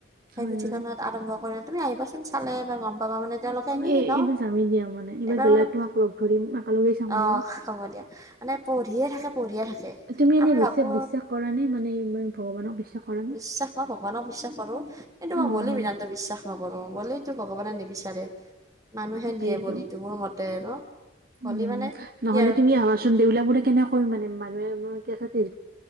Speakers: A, on the right; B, on the right.
A: সেই
B: হয়
A: পুথিখনত
B: হয়
A: আৰম্ভ কৰি তুমি আহিবাচোন চালে এবাৰ গম বাবা মানে তেওঁলোকে এনে
B: এই
A: ন'
B: এইবাৰ যামেই দিয়া মানে
A: এইবাৰ
B: গ'লে
A: মানে
B: তোমাক লগ ধৰিম একেলগে চাম
A: অ',
B: বাৰু
A: হ'ব দিয়া। মানে পঢ়িয়ে থাকে পঢ়িয়ে থাকে।
B: তুমি
A: আমি
B: এনে
A: ভাবো
B: বিশ্বাস বিশ্বাস কৰা নে মানে ইমান ভগৱানক বিশ্বাস কৰা নে
A: বিশ্বাস, মই ভগৱানক বিশ্বাস কৰোঁ। এইটো
B: অ
A: মই বলি
B: হয়
A: বিধান বিশ্বাস নকৰো বলিটো ভগৱানে নিবিচাৰে মানুহে
B: তাকেইতো
A: দিয়ে বলিতো মোৰ মতে আৰু।
B: উম,
A: ভলি মানে
B: নহ'লে
A: কি আৰু
B: তুমি আহাচোন দেউলা মোৰে কেনেক কৰিম মান মানুহে ম কি আছে তেজ